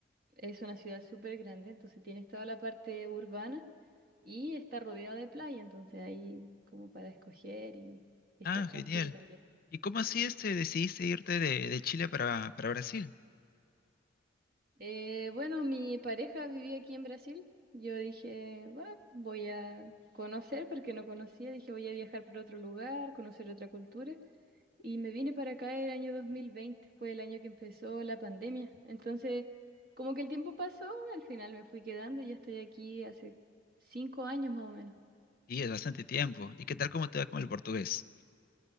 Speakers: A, on the right (about 50°); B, on the left (about 50°).
A: es una ciudad súper grande, entonces tienes toda la parte urbana y está rodeado de playa, entonces ahí como para escoger y, y
B: Ah,
A: estar tranquilo
B: genial.
A: también.
B: ¿Y cómo así este decidiste irte de, de Chile para, para Brasil?
A: Eh, bueno, mi pareja vivía aquí en Brasil. Yo dije, "Bah, voy a conocer porque no conocía. Dije, voy a viajar por otro lugar, conocer otra cultura. Y me vine para acá el año 2020, fue el año que empezó la pandemia. Entonces, como que el tiempo pasó, al final me fui quedando y ya estoy aquí hace cinco años más o menos.
B: Y es bastante tiempo. ¿Y qué tal cómo te va con el portugués?